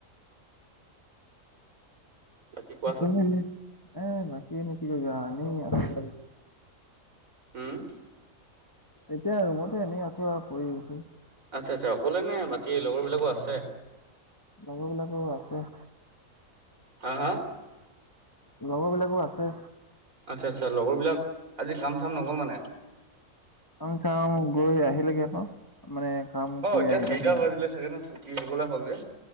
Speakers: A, on the right; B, on the left.
A: বাকী
B: এ
A: কোৱাচোন
B: বাকি এনেই কি কৰিবা আও, আছো এনেই।
A: উওম'
B: এতিয়া ৰুমতে এনেই আছোঁ আৰু পৰি আছোঁ।
A: আৎচ্ছা আৎচ্ছা অকলেনে বাকী লগৰবিলাকো আছে?
B: লগৰ বিলাকো আছে।
A: হাঁ হাঁ।
B: লগৰ বিলাকো আছে।
A: আৎচ্ছা আৎচ্ছা, লগৰ বিলাক আজি কাম চাম নগল মানে।
B: কাম চাম গৈ আহিলেগে ক, মানে কাম
A: অ
B: কৰি
A: এতিয়া
B: আহিলেগে
A: চাৰিটা
B: আও।
A: বাজিলে চাগে ন চোপ। কি হবলে হ'ল যে